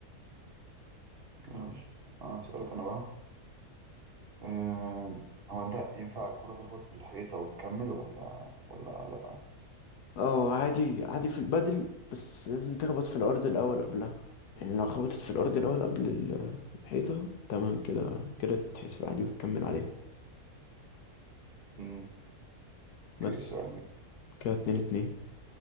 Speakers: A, on the right (about 50°); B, on the left (about 85°).
A: يلا أنا أسألك أنا بقى أه هو أنت ينفع الكرة تخبط في الحيطة وتكمل ولا ولا لأ؟
B: اه عادي عادي في البدل بس لازم تخبط في الأرض الأول قبلها يعني لو خبطت في الأرض الأول قبل ال- الحيطة تمام كده كده تتحسب عادي وتكمل عليها
A: أمم،
B: بس
A: اوكي سؤال
B: كده اتنين اتنين